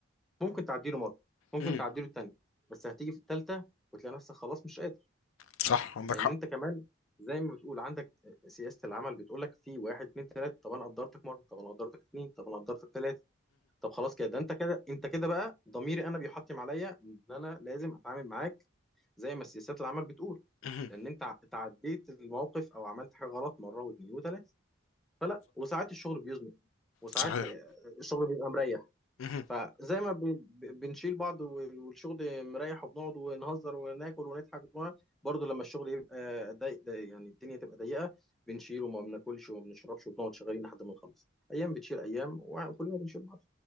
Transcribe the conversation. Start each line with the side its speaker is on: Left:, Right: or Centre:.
Centre: ممكن تعديله مرة ممكن
Left: امم
Centre: تعديله التانية بس هتيجي في التالتة وتلاقي نفسك خلاص مش قادر
Left: صح عندك
Centre: لأن
Left: حق
Centre: أنت كمان زي ما بتقول عندك سياسة العمل بتقول لك في واحد اتنين تلاتة طب أنا قدرتك مرة طب أنا قدرتك اتنين طب أنا قدرتك تلاتة طب خلاص كده ده انت كده انت كده بقى ضميري انا بيحطم عليا ان انا لازم اتعامل معاك زي ما سياسات العمل بتقول
Left: امم
Centre: لان انت ع- تعديت الموقف او عملت حاجه غلط مره واثنين وثلاثه فلا وساعات الشغل بيزنق وساعات
Left: صحيح
Centre: آه، الشغل بيبقى مريح
Left: مم.
Centre: فزي ما ب- ب- بنشيل بعض وال- والشغل مريح وبنقعد ونهزر وناكل ونضحك ونقعد، برضه لما الشغل يبقى ضيق ضيق- يعني الدنيا تبقى ضيقه بنشيل وما بناكلش وما بنشربش وبنقعد شغالين لحد ما نخلص ايام بتشيل ايام وكلنا بنشيل بعض